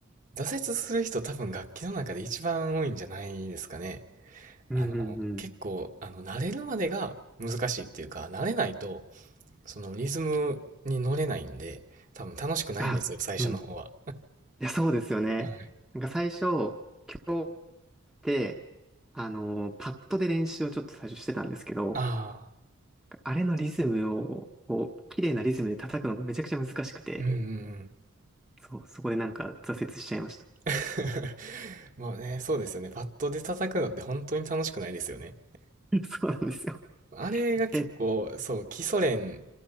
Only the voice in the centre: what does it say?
<laughs> うんうんうん。
あ、
うんいや、そうですよね。
なんか最初、今日って、あのーパッドで練習をちょっと最初してたんですけど、
あれのリズムを、こう、綺麗なリズムで叩くのがめちゃくちゃ難しくて、
そう、そこでなんか挫折しちゃいました。
<laughs> そうなんですよ。
<laughs> え、